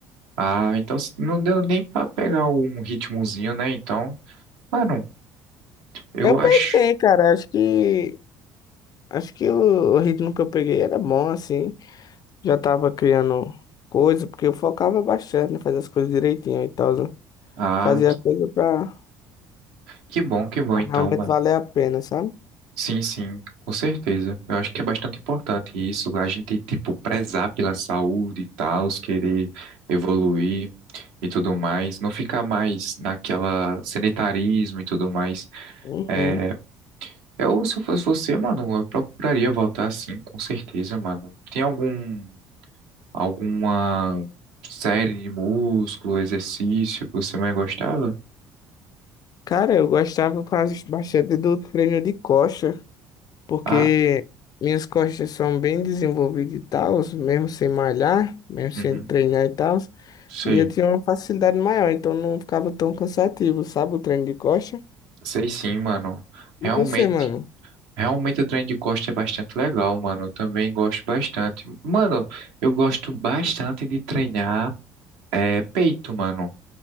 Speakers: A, on the right; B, on the left.
A: Ah, então assim, não deu nem pra pegar um ritmozinho, né? Então, mano, eu
B: Eu
A: acho.
B: peguei, cara. Acho que acho que o, o ritmo que eu peguei era bom, assim. Já tava criando coisa, porque eu focava bastante em fazer as coisas direitinho e tal. né?
A: Ah,
B: Fazia coisa pra
A: que bom, que bom
B: pra
A: então,
B: realmente
A: mano.
B: valer a pena, sabe?
A: Sim, sim, com certeza. Eu acho que é bastante importante isso, a gente, tipo, prezar pela saúde e tal, querer evoluir e tudo mais, não ficar mais naquela sedentarismo e tudo mais.
B: Uhum.
A: É, eu, se eu fosse você, mano, eu procuraria voltar sim, com certeza, mano. Tem algum, alguma série de músculo, exercício que você mais gostava?
B: Cara, eu gostava quase bastante do treino de coxa. porque
A: Ah,
B: minhas costas são bem desenvolvidas e tal, mesmo sem malhar, mesmo sem
A: uhum,
B: treinar e tal,
A: sei,
B: e eu tinha uma facilidade maior, então não ficava tão cansativo, sabe, o treino de costa.
A: sei sim, mano.
B: E
A: Realmente.
B: você, mano?
A: Realmente o trem de costa é bastante legal, mano. Eu também gosto bastante. Mano, eu gosto bastante de treinar é, peito, mano.